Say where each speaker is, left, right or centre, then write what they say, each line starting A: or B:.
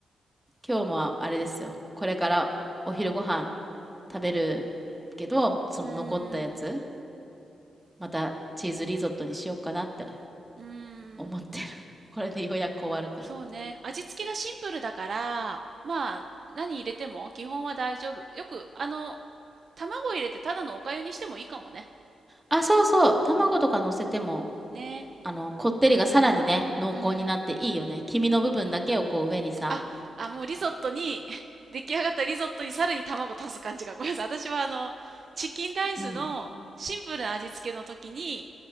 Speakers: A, on the right; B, on the right.
A: 今日もあれですよ。これからお昼ご飯食べるけど、その残ったやつ、
B: うーん。
A: またチーズリゾットにしようかなって
B: うー
A: 思ってる。
B: ん。
A: <laughs> これでようやく終わるから。
B: そうね。味付けがシンプルだから、まあ、何入れても基本は大丈夫。よく、あの、卵入れてただのお粥にしてもいいかもね。
A: あ、そうそう。卵とか乗せても、
B: うん。ね。
A: あの、こってりがさらにね、濃厚になっていいよね。
B: うん。
A: 黄身の部分だけをこう上にさ。
B: あ、あ、もうリゾットに、<laughs> 出来上がったリゾットにさらに卵足す感じが。ごめんなさい。私はあの、チキンライスのシンプルな味付けの時に、
A: うん。